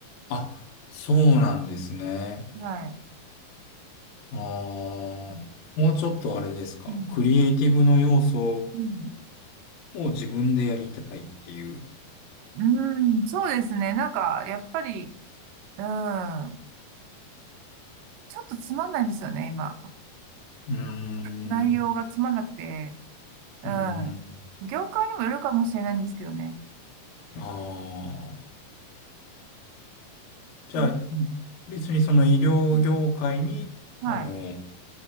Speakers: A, on the left; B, on the right.
A: あ、そうなんですね。
B: はい。
A: ああ、
B: う
A: もうちょっとあれですか。
B: ん。
A: クリエイティブの要素
B: うん。
A: を自分でやりたいっていう。
B: うん、うんそうですね。なんか、やっぱり、うん、ちょっとつまんないですよね、今。
A: うーん。
B: 内容がつまんなくて、う
A: うーん。
B: ん。業界にもよるかもしれないんですけどね。
A: ああ。じゃあ、
B: うん
A: 別にその医療業界に、
B: うんはい。
A: あの、